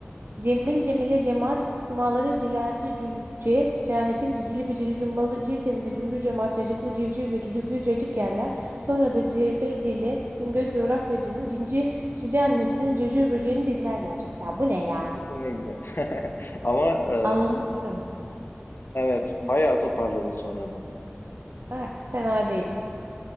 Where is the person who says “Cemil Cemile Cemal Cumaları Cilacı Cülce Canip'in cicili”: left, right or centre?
Right